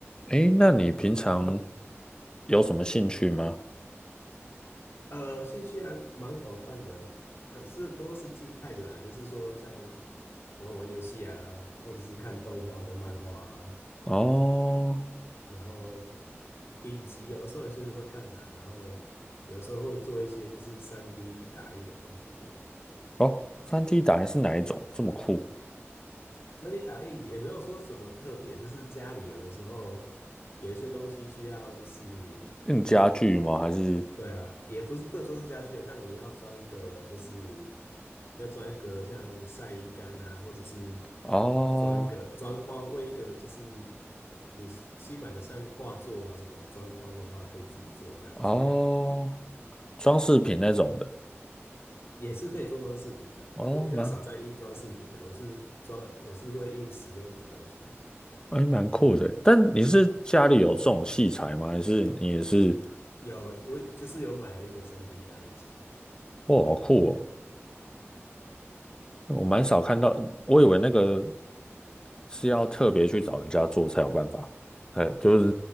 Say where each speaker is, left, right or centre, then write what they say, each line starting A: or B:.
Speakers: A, on the left; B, on the left.
A: 诶，那你平常有什么兴趣吗？
B: 呃，兴趣还蛮广泛的，可是很多都是静态的啦，就是说像玩玩游戏啊，或者是看动画跟漫画啊，
A: 哦
B: 然后影集有的时候也是会看啊，然后有的时候会做一些就是 3D 打印的东西。
A: 哦三 d 打印是哪一种？这么酷？
B: 3D 打印也没有说什么特别，就是家里有的时候有一些东西需要就是
A: 用家具吗？还是
B: 对啊，也不是不能说是家具啊，像你要装一个，就是要装一个像晒衣杆啊，或者是
A: 哦
B: 装一个装框，为一个就是你新新买的像画作啊什么装框的话，可以自己做这样子，
A: 哦装饰品那种的？
B: 也是可以做装饰品的。
A: 哦，
B: 我比较少在印装饰品的，
A: 蛮
B: 我是装我是会印实用的东西。
A: 诶蛮酷的。但你是家里有这种器材吗？还是你也是？
B: 有我就是有买了一个三 d 打印机，
A: 哇，好酷哦！我蛮少看到，我以为那个是要特别去找人家做才有办法。哎，就是